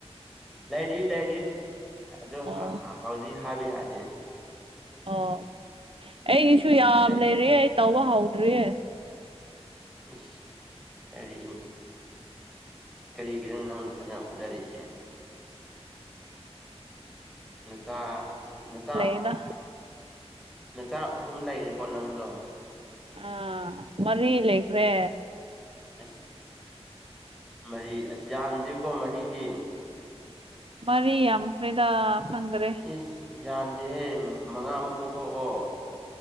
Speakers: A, in the centre; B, on the right (about 55°).
A: ꯂꯩꯔꯤ ꯂꯩꯔꯤ ꯑꯗꯨ
B: ꯑꯣ
A: ꯍꯧꯖꯤꯛ ꯍꯥꯏꯕ ꯌꯥꯗꯦꯅ
B: ꯑꯣ ꯑꯩꯒꯤꯁꯨ ꯌꯥꯝ
A: ꯂꯩꯔꯤ
B: ꯂꯩꯔꯤꯌꯦ ꯇꯧꯕ ꯍꯧꯗ꯭ꯔꯤꯌꯦ
A: ꯏꯁ ꯀꯔꯤ ꯀꯔꯤꯒꯤꯔꯅꯦ ꯅꯪ ꯅꯁꯛ ꯌꯥꯝ ꯐꯖꯔꯤꯁꯦ ꯅꯆꯥ ꯅꯆꯥ
B: ꯈꯪꯗꯦꯗ
A: ꯅꯆꯥ ꯑꯍꯨꯝ ꯂꯩꯔꯦꯀꯣ ꯅꯪꯗꯣ
B: ꯑꯥ ꯃꯔꯤ ꯂꯩꯈ꯭ꯔꯦ
A: ꯑꯁ ꯃꯔꯤ ꯑꯁ ꯌꯥꯝꯗꯦꯀꯣ ꯃꯔꯤꯗꯤ
B: ꯃꯔꯤ ꯌꯥꯝꯈ꯭ꯔꯦꯗ ꯈꯪꯗ꯭ꯔꯦ
A: ꯏꯁ ꯌꯥꯝꯗꯦꯍꯦ ꯃꯉꯥ ꯃꯨꯛ ꯄꯣꯛꯊꯣꯛꯑꯣ